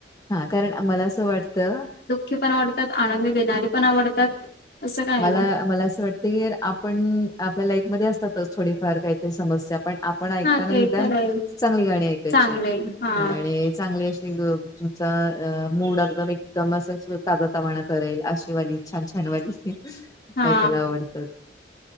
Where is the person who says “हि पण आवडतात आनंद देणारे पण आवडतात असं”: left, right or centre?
Left